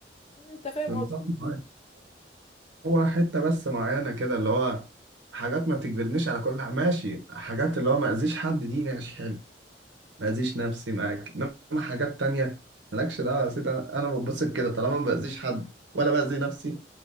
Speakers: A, on the left; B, on the right.
A: انت فاهم
B: كنت
A: قصدي
B: طبعاً. هو حتة بس معينة كده اللي هو حاجات ما تجبرنيش على كل ماشي حاجات اللي هو ما أذيش حد دي ماشي حلو ما أذيش نفسي معاك إنما حاجات تانية مالكش دعوة يا سيدي أنا بتبسط كده طالما ما بأذيش حد ولا بأذي نفسي